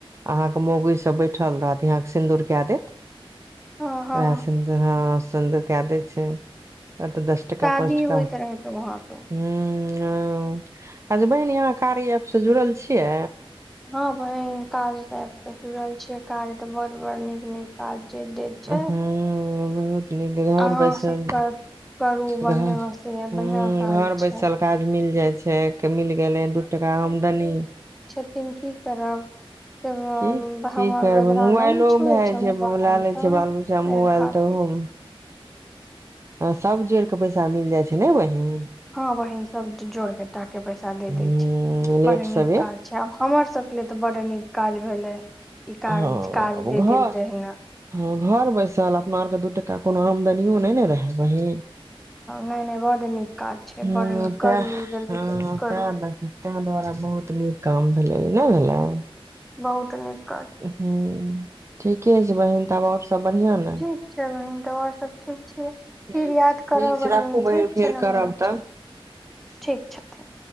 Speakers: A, on the right (about 30°); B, in the centre.
A: अहा के मौगी सब बैठल रहत अहा के सिंदूर के दैत
B: हँ हँ
A: वहां सिंदूर हँ सन्द कदै छै अत दस टका
B: शादी
A: पाँचटका
B: होइत रहे तऽ वहाँ तो
A: हू ह अच्छा बहिन यहाँ कारी एप से जुड़ल छियै
B: हँ बहिन काज त आबऽ जुड़ल छियै कार्य तऽ बड़ बड़ नीक नीक काज जे दैत छै
A: हँ ब तन घर
B: अहाँ
A: बैसल
B: सब कर करू बढ़ियां
A: घ ह
B: से बढ़ियां काज
A: घर
B: छै
A: बैसल काज मिल जाइ छै मिल गेलै दू टाका आमदनी
B: तििन की करब जब हम,
A: की
B: हमर
A: की करबै
B: बेदरा
A: मोबाइलोमे
B: नहि ने छुए
A: भए जाइ
B: मोबाइल
A: छै लए
B: तऽ
A: लै छै बाल बच्चामे
B: तैं
A: मोबाइल
B: खातिर
A: तऽ ओहोमे सब जोड़ के पैसा मिल जाइ छै ने बहिन
B: हँ बहन सब जोरके टाके पैसा दे
A: हूं
B: दै छै बड़
A: लेट
B: नीक
A: सबेर
B: काज छै आब हमर सब ल तऽ बड नीक काज भेलै ई काज
A: हँ
B: काज दे
A: घर
B: देलकै हन
A: हँ घर बैसल अपना आरके दूटा कोनो आमदनियो नहि ने रहै बहिन
B: नहि नहि बड नीक काज छै
A: ह
B: बड नीक
A: तै
B: करलू
A: हँ
B: जल्दी जल्दी करू
A: तै तै द्वारा बहुत निक काम भेलै नहि भेलै
B: बहुत त नीक काज
A: हूँ ठीके छै बहिन तब आओर सब बढ़िआँ ने
B: ठीक छै बहीन तब आओर सभ ठीक छियै
A: छै
B: फिर याद
A: ठीक
B: करब
A: छै
B: बहीन
A: राखू बहिन
B: ठीक
A: फेर
B: छै ने
A: करब
B: बहिन
A: तब
B: छी ठीक छथिन